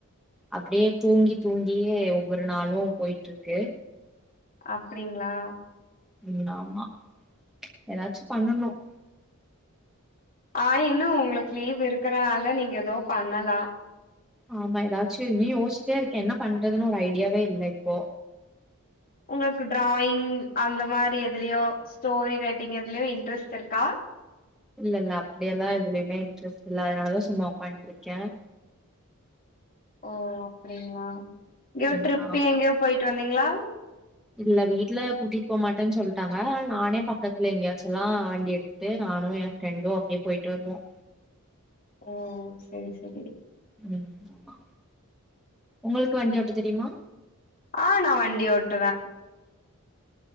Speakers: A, in the centre; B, on the left.
A: அப்டியே தூங்கி தூங்கியே ஒவ்வொரு நாளு போய்ட்ருக்கு
B: அப்டிங்ளா
A: ம் ஆமா ஏதாச்சு பண்ணணும்
B: ஆ இன்னும் உங்களுக்கு லீவ் இருக்கறனால நீங்க ஏதோ பண்ணலாம்
A: ஆமா ஏதாச்சும் இனியும் யோசிச்சிட்டே இருக்கே என்ன பண்றதுன்னு ஒரு ஐடியாவே இல்ல இப்போ
B: உங்களுக்கு ட்ராயிங் அந்த மாரி எதுலயோ ஸ்டோரி ரைட்டிங் எதுலயோ இன்ட்ரெஸ்ட் இருக்கா
A: இல்ல இல்ல அப்படியெல்லா எதுலயுமே இன்ட்ரெஸ்ட் இல்ல அதனாலதான் சும்மா ஒக்கான்ட்டு இருக்கேன்
B: ஓ அப்டிங்களா நியூ
A: ம்
B: ட்ரிப்
A: ஆமா
B: எங்கேயோ போயிட்டு வந்தீங்களா
A: இல்ல வீட்டு்ல கூட்டிட்டு போக மாட்டேன்னு சொல்லிட்டாங்க நானே பக்கத்துல எங்கயாச்சு எல்லா வண்டி எடுத்து ட்டு நானு என் ஃப்ரெண்டும் அப்படியே போய்ட்டு வருவோம்
B: ஓ சேரி சேரி
A: ம் ஆமா உங்களுக்கு வண்டி ஓட்ட தெரியுமா
B: ஆ நா வண்டி ஓட்டுவேன்